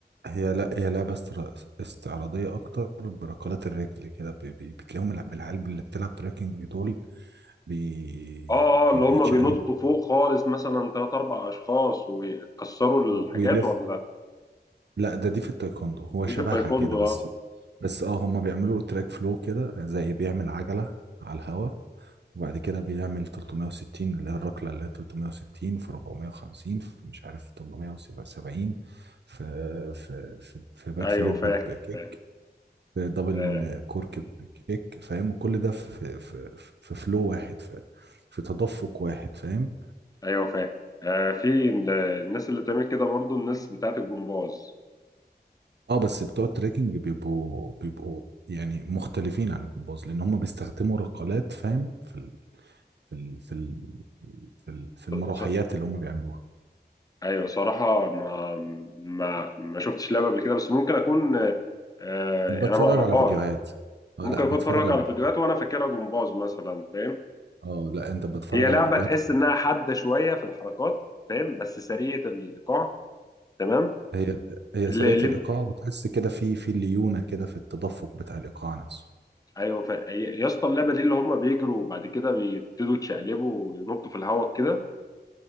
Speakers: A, on the right (about 75°); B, on the left (about 20°).
A: هي لا هي لعبة استر- استعراضية أكتر بركلات الرجل كده بي- بي- بتلاقيهم الع- العيال اللي بتلعب تريكنج دول بي
B: اه اه
A: بي-
B: اللي
A: بيتشقلبوا
B: هم بينطوا فوق خالص مثلا ثلاث اربع اشخاص ويكسروا الحاجات
A: ويلف
B: ولا
A: لا ده دي في التايكوندو هو
B: دي
A: شبهها
B: في التايكوندو
A: كده بس
B: اه
A: بس اه هما بيعملوا تراك فلو كده زي بيعمل عجلة على الهوا وبعد كده بيعمل 360 اللي هي الركلة اللي هي 360 في 450 في مش عارف 870 في في في, في باك
B: ايوه
A: فليب
B: فاهم
A: بكيك
B: فاهم
A: في دبل
B: آه،
A: كورك بكيك فاهم وكل ده في في في فلو واحد في في تدفق واحد فاهم
B: ايوه فاهم آه في ال- الناس اللي بتعمل كده برضو الناس بتاعت الجمباز
A: اه بس بتوع التريكنج بيبقوا بيبقوا يعني مختلفين عن الجمباز لان هم بيستخدموا رقالات فاهم في ال في ال في ال في ال- في المروحيات
B: ص- ص-
A: اللي هم بيعملوها
B: ايوه صراحه ما ما ما شفتش لعبه قبل كده بس ممكن اكون آه آه،
A: بتفرج
B: انا ما اعرفهاش
A: على فيديوهات آه،
B: ممكن
A: لا بتفرج
B: اكون اتفرج
A: على
B: على الفيديوهات وانا فاكرها جمباز مثلا فاهم
A: اه لا انت بتتفرج
B: هي لعبه
A: على فيديوهات
B: تحس
A: بت-
B: انها حاده شويه في الحركات فاهم بس سريعه الايقاع تمام
A: هي هي
B: اللي,
A: سريعة
B: اللي
A: الايقاع وتحس كده في في ليونة كده في التدفق بتاع الايقاع نفسه
B: ايوه فا- يا اسطى اللعبه دي اللي هم بيجروا وبعد كده بيبتدوا يتشقلبوا وينطوا في الهواء كده